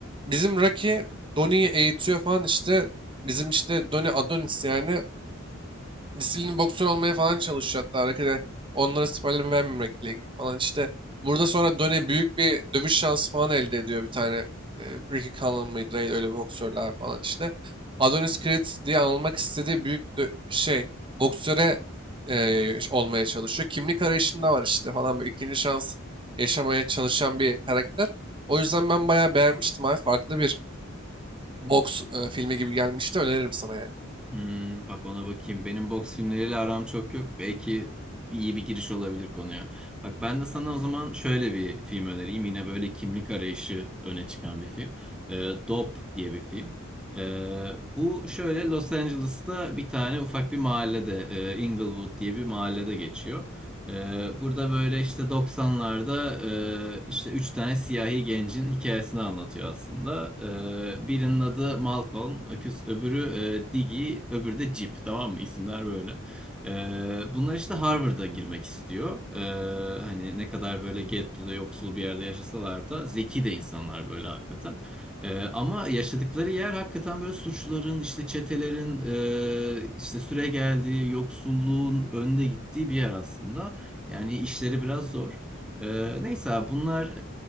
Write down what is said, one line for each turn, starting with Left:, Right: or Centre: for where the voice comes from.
Right: bizim Rocky Donnie'yi eğitiyor falan işte. Bizim işte Donnie Adonis yani Disiplin boksör olmaya falan çalışıyor hatta. Arkada onlara spoiler vermemekle ilgili falan. işte burada sonra Donnie büyük bir dövüş şansı falan elde ediyor bir tane. E, Ricky Cannon mıydı neydi öyle bir boksörler falan işte. Adonis Creed diye anılmak istediği büyük bir dö- şey boksöre e, olmaya çalışıyor. Kimlik arayışında var işte falan böyle ikinci şans yaşamaya çalışan bir karakter. O yüzden ben bayağı beğenmiştim abi. Farklı bir boks e, filmi gibi gelmişti. Öneririm sana yani.
Centre: Hmm, bak ona bakayım. Benim boks filmleriyle aram çok yok. Belki iyi bir giriş olabilir konuya. Bak ben de sana o zaman şöyle bir film önereyim. Yine böyle kimlik arayışı öne çıkan bir film. Ee, Dope diye bir film. Ee, bu şöyle Los Angeles'ta bir tane ufak bir mahallede, e, Inglewood diye bir mahallede geçiyor. Ee, burada böyle işte 90'larda e, işte üç tane siyahi gencin hikayesini anlatıyor aslında. Ee, birinin adı Malcolm, öküz, öbürü e, Diggy, öbürü de Jeep tamam mı? İsimler böyle. Ee, bunlar işte Harvard'a girmek istiyor. Ee, hani ne kadar böyle gettoda yoksul bir yerde yaşasalar da zeki de insanlar böyle hakikaten. Ee, ama yaşadıkları yer hakikaten böyle suçların, işte çetelerin, e, işte süre geldiği, yoksulluğun önde gittiği bir yer aslında. Yani işleri biraz zor. Ee, neyse abi bunlar